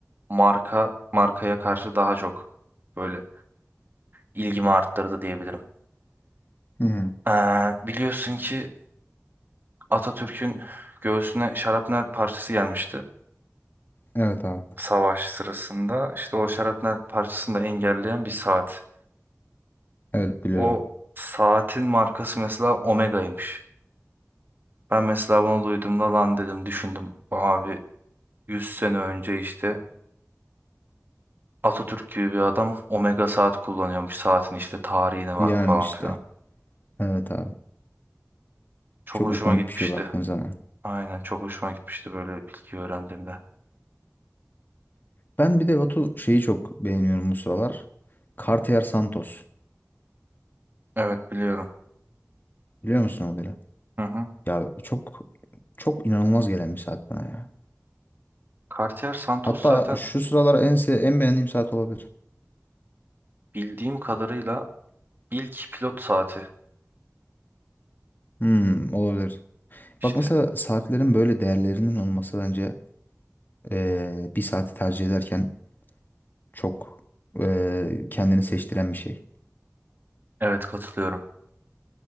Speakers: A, on the right; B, on the left.
A: marka markaya karşı daha çok böyle ilgimi arttırdı diyebilirim.
B: Hı hı.
A: Ee, biliyorsun ki Atatürk'ün göğsüne şarapnel parçası gelmişti
B: Evet abi.
A: savaş sırasında. İşte o şarapnel parçasını da engelleyen bir saat.
B: Evet biliyorum.
A: O saatin markası mesela Omega'ymış. Ben mesela bunu duyduğumda lan dedim düşündüm. Abi 100 sene önce işte Atatürk gibi bir adam Omega saat kullanıyormuş. Saatin işte tarihine bak
B: Yani
A: falan
B: işte.
A: filan.
B: Evet abi.
A: Çok
B: Çok
A: hoşuma
B: ikonik
A: gitmişti.
B: bir şey baktığın zaman.
A: Aynen çok hoşuma gitmişti böyle bir bilgi öğrendiğimde.
B: Ben bir de Batu şeyi çok beğeniyorum bu sıralar. Cartier Santos.
A: Evet biliyorum.
B: Biliyor musun modeli?
A: Hı hı.
B: Ya çok çok inanılmaz gelen bir saat bana ya.
A: Cartier Santos
B: Hatta
A: zaten
B: şu sıralar en se- en beğendiğim saat olabilir.
A: Bildiğim kadarıyla ilk pilot saati
B: Hmm, olabilir.
A: işte
B: Bak mesela saatlerin böyle değerlerinin olması bence eee, bir saati tercih ederken çok eee, kendini seçtiren bir şey.
A: evet katılıyorum.